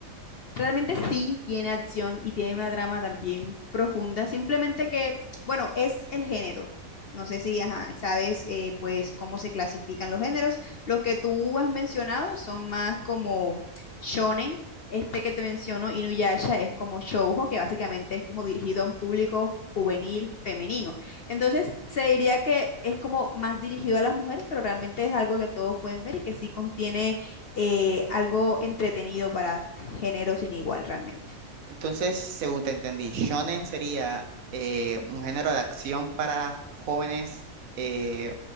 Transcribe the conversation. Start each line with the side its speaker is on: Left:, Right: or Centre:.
Left: Realmente sí tiene acción y tiene una trama también profunda, simplemente que, bueno, es el género. No sé si, ajá, sabes, eh, pues, cómo se clasifican los géneros. Los que tú has mencionado son más como shonen. Este que te menciono, Inuyasha, es como shoujo, que básicamente es como dirigido a un público juvenil femenino. Entonces, se diría que es como más dirigido a las mujeres, pero realmente es algo que todos pueden ver y que sí contiene eh, algo entretenido para género sin igual realmente.
Right: Entonces, según te entendí, shonen sería eh, un género de acción para jóvenes, eh,